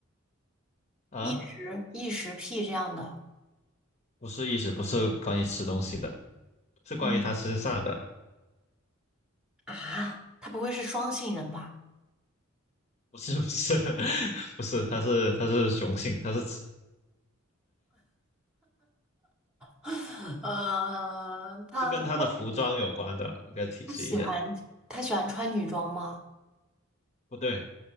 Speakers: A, on the left; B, in the centre.
A: 啊，
B: 异食异食癖这样的。
A: 不是意思不是关于吃东西的，是关于他身上的。
B: 嗯啊，他不会是双性人吧？
A: 不是不是 <laughs> 不是，它是它是雄性，它是
B: <laughs> 呃，他的锅
A: 是跟它的服装有关的，应该提示一下。
B: 他喜欢他喜欢穿女装吗？
A: 不对，